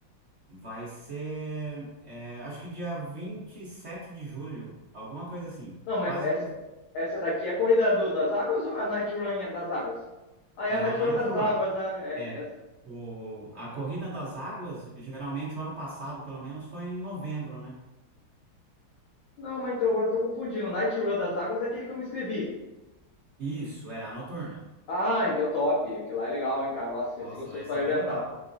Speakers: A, on the right (about 50°); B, on the left (about 75°).
A: Vai ser, é, acho que dia 27 de julho, alguma coisa assim.
B: Não, mas
A: Quase
B: essa,
A: pro...
B: essa daqui é a corrida do- das águas ou a Night Run das águas? Ah,
A: É
B: é a Night
A: a Night
B: Run das
A: Run.
B: águas. ah, é-
A: É.
B: é-
A: O, a Corrida das Águas, geralmente o ano passado, pelo menos, foi em novembro, né?
B: Não, mas então agora eu tô confundindo. Night Run das águas é aquele que eu me inscrevi.
A: Isso, é a noturna.
B: Ah, então top. Aquele lá é legal, hein, cara. Nossa, vai
A: Nossa,
B: ser gostoso
A: vai
B: pra
A: ser
B: arrebentar.
A: bem legal.